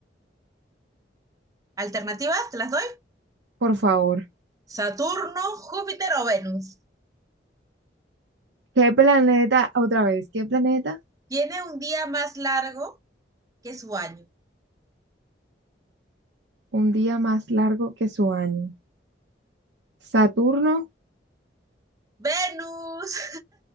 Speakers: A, on the right (about 20°); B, on the right (about 80°).
A: Alternativas, te las doy.
B: por favor.
A: Saturno, Júpiter o Venus.
B: ¿Qué planeta, otra vez, qué planeta?
A: Tiene un día más largo que su año.
B: Un día más largo que su año. ¿Saturno?
A: Venus,